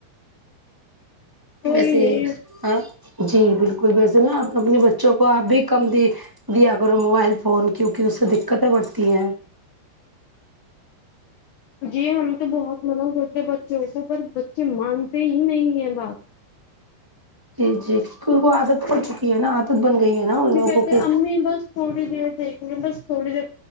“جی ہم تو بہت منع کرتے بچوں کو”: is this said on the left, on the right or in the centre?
Left